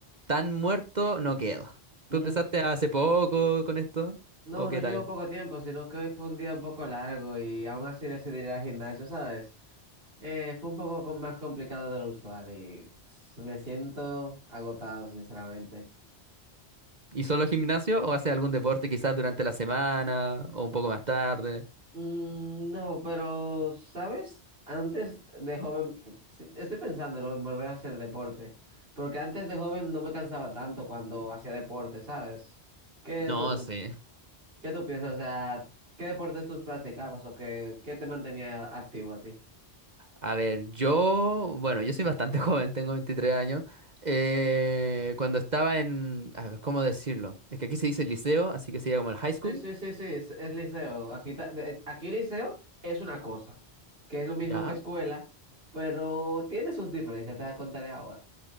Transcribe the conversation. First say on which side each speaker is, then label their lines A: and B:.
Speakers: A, on the right; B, on the right.
A: tan muerto no quedo. ¿Tú
B: Mm,
A: empezaste hace poco con esto?
B: No,
A: ¿O qué
B: no llevo
A: tal?
B: poco tiempo, sino que hoy fue un día un poco largo y aún así decidí ir al gimnasio, ¿sabes? Eh, fue un poco co- más complicado de lo usual y pss, me siento agotado, sinceramente.
A: ¿Y solo gimnasio o haces algún deporte quizás durante la semana o un poco más tarde?
B: Mm, No, pero, ¿sabes? Antes de joven, sí, estoy pensándolo en volver a hacer deporte, porque antes de joven no me cansaba tanto cuando hacía deporte, ¿sabes? ¿Qué
A: No,
B: tú,
A: sí.
B: qué tú piensas? O sea, ¿qué deportes tú practicabas o qué, qué te mantenía activo a ti?
A: A ver, yo, bueno, yo soy bastante <laughs> joven, tengo 23 años. Eh, cuando estaba en, a ver, ¿cómo decirlo? Es que aquí se dice liceo, así que sería como el high school.
B: Sí, sí, sí, sí, es, es liceo. Aquí, ta- de- aquí liceo es una cosa, que es lo mismo
A: Ya.
B: que escuela, pero tiene sus diferencias, te las contaré ahora.